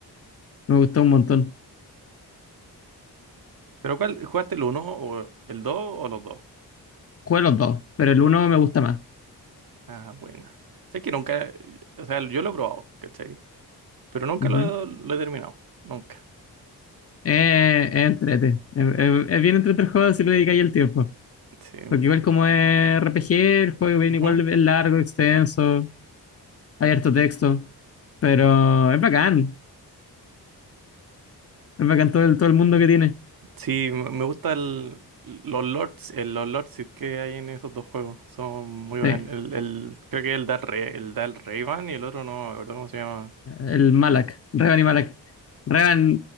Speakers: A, on the left; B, on the right.
A: Me gustó un montón.
B: Pero ¿cuál? ¿Jugaste el uno o el 2 o los dos?
A: Jugué los dos, pero el uno me gusta más.
B: Ah, buena. Sé que nunca, o sea, yo lo he probado, ¿cachai? Pero nunca
A: Ujú.
B: lo, lo he terminado, nunca.
A: Eh, es entrete. Es, es- es bien entrete el juego si le dedicáis el tiempo.
B: Sí.
A: Porque igual como es RPG, el juego viene
B: Ujú.
A: igual es largo, extenso, hay harto texto. Pero es bacán. Es bacán todo el, todo el mundo que tiene.
B: Sí, me me gusta el, los lords, el, los lords que hay en esos dos juegos. Son muy buenos.
A: Sí,
B: El, el, creo que el da el, Re- el da el Rayban y el otro no, me acuerdo cómo se llama.
A: el Malak, Revan y Malak. Revan,